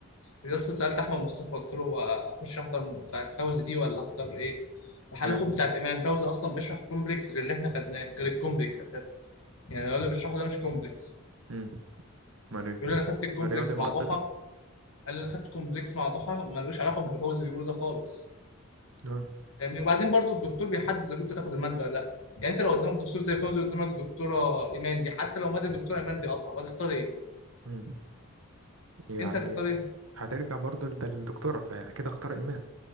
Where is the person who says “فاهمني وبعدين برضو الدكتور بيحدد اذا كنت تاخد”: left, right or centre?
Left